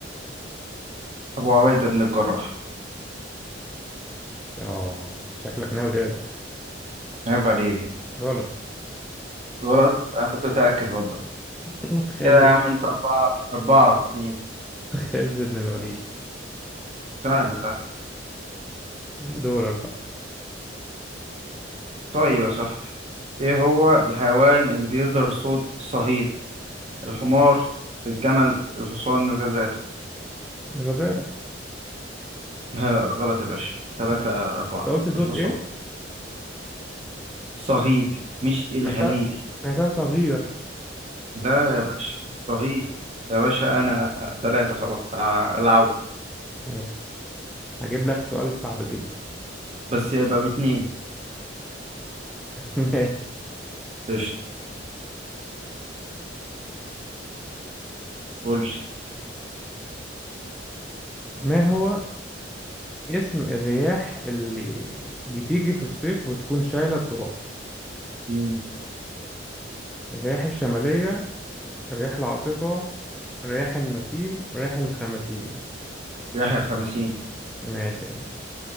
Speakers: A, on the right; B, in the centre.
A: ابو عبيدة بن الجراح
B: آه شكلك ناوي ترجع
A: عيب عليك
B: غلط
A: غلط انا كنت متأكد والله
B: <laughs> خالد
A: كده يا عم انت أربعة أربعة اتنين
B: خالد بن الوليد
A: سهل سهل
B: دورك بقى
A: طيب يا صاحبي ايه هو الحيوان اللي بيصدر صوت صهيل الحمار الجمل الحصان الغزال <laughs>
B: غزال
A: ها، غلط يا باشا ثلاثة
B: بص
A: أربعة
B: أنت قلت صوت
A: الحصان
B: إيه؟
A: الصهيل مش الهليل
B: سمعتها سمعتها صغير
A: لا يا باشا الصهيل يا باشا أنا ثلاثة خلاص آه، العود
B: ماشي هجيب لك سؤال صعب جدا
A: بس يبقى باتنين
B: <laughs> ماشي
A: قشطة قول لي
B: ما هو اسم الرياح اللي بتيجي في الصيف وتكون شايلة التراب
A: مين
B: الرياح الشمالية الرياح العاصفة رياح النسيم رياح الخمسين
A: يحيى الخمسين
B: ماشي يا عم